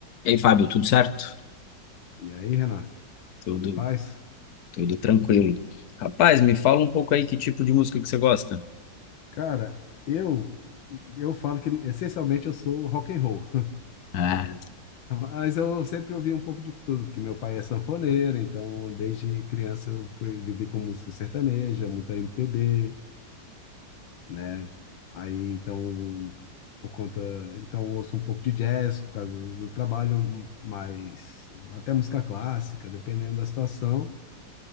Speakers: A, on the left (about 60°); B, on the left (about 85°).
A: E aí, Fábio, tudo certo?
B: E aí, Renan,
A: Tudo,
B: tudo em paz?
A: tudo tranquilo. Rapaz, me fala um pouco aí que tipo de música que você gosta?
B: Cara, eu eu falo que essencialmente eu sou rock and roll,
A: Ah,
B: <laughs> mas eu sempre ouvi um pouco de tudo, porque meu pai é sanfoneiro, então desde criança eu fui viver com música sertaneja, muita MPB, né? Aí então por conta, então eu ouço um pouco de jazz por causa do, do trabalho, mas até música clássica, dependendo da situação.